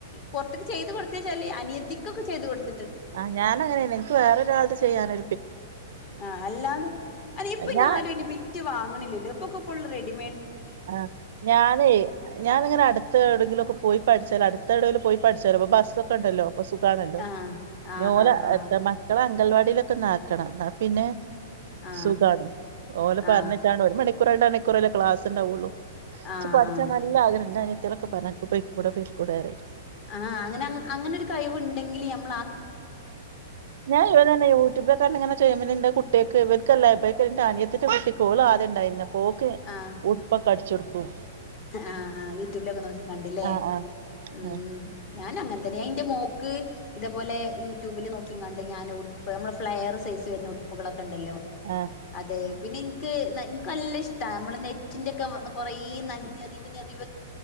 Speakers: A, on the left (about 45°); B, on the right (about 65°).
A: പുറത്തുക്ക് ചെയ്ത് കൊടുത്തേച്ചാലും അനിയത്തിക്കൊക്കെ ചെയ്തുകൊടുക്ക
B: ആ് ഞാനങ്ങനല്ലെ എനിക്ക് വേറൊരാൾടെ ചെയ്യാനൊ
A: ആ അല്ലാത് അതിപ്പിന്നെ
B: ഞാൻ
A: ആരും ന്നെ ബിറ്റ് വാങ്ങണില്ലല്ലോ ഇപ്പൊക്ക ഫുൾ റെഡി
B: ആ ഞാനേ ഞാനിങ്ങനെ അടുത്ത് എവിടെങ്കിലും ഒക്കെ പോയി പഠിച്ചാല അടുത്ത എവെടെലും പോയി പഠിച്ചാലോ ബസ്സ് ഒക്കെ ഇണ്ടല്ലോ പ്പ സുഖാണല്ലോ
A: ആ ആ
B: ഞോലെ
A: ആ ആ
B: എത്ര മക്കളെ അംഗങ്കൽവാടിലൊക്കെനാക്കണം ന്ന പിന്നെ
A: ആ
B: സുഖാണ് ഓല്
A: ആ
B: പറഞ്ഞിട്ടാണ് ഒരു മണിക്കൂർണ്ടാണി ക്കുറല്ലേ ക്ലാസ്സ് ണ്ടാവുള്ളൂ
A: ആ
B: ക്ക് പഠിച്ചാ
A: ആ
B: നല്ല ആഗ്രഹണ്ടാന് ളൊക്കെ പറഞ്ഞാണ് ക്ക് പോയി കൂടെ പോയി കൂടെ പറിം
A: ആ അങ്ങനെ അങ്ങനൊരു കഴിവുണ്ടെങ്കില് ഞ
B: ഞാൻ ഇവടെന്നെ യൂട്യൂബില കറിഞ്ഞിങ്ങനെ ചെയ്യുമ്പ ന്നെ ണ്ട് കുട്ടികക്ക് ബെക്കല്ലേ ബെ ഇതെൻ്റെ അനിയത്തീടെ കുട്ടിക്ക് ഓള് ആദ്യം ഉണ്ടായിര്ന്ന് ഓക്ക്
A: ആ
B: ഉടുപ്പൊകടിച്ചു കൊട് കും
A: ആ ആ യൂട്യൂബിലൊക്കെ നോക്കി കണ്ടില്ലേ
B: ആഹ് ആഹ്
A: ഉം
B: ആഹ്
A: ഞാൻ അങ്ങനെ തന്നെ അയിന്റെ മോക്ക് ഇതേപോലെ യൂട്യൂബില് നോക്കി കണ്ട് ഞാൻ ഉടുപ്പ് നമ്മള് ഫ്ലയർ സൈസ് വരുന്നെ ഉടുപ്പുകളൊക്കെ ണ്ടല്ലോ
B: ആഹ്
A: അതെ പിന്നെനിക്ക് ന നല്ല ഇഷ്ട മ്മള് നെറ്റിന്റെ ഒക്കെ കുറേ ന ഞെറിവ് ഞെറിവ്